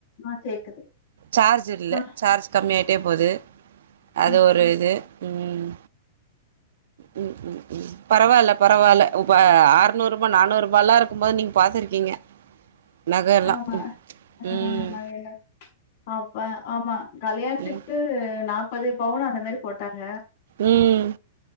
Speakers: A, on the left; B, on the right.
A: ஆ கேக்குது
B: சார்ஜ் இல்
A: ஆ
B: சார்ஜ் கம்மிய ஆகி கே போது அது
A: ம்
B: ஒரு இது உம் உம் உம் பரவாயில்ல பரவாயில்ல உப்ப அறநூறு ரூபாய் நானூறு ரூபாயல்லாம் இருக்கும் போது நீங்க பாத்துருக்கீங்க நக எல்லா
A: ஆமா ஆஹ்
B: ம்
A: நக எல்லா அப்பா ஆமா கல்யாணத்துக்கு
B: ம்
A: நாப் முப்பது பவுன் அந்த மாரி போட்டாங்க
B: உம்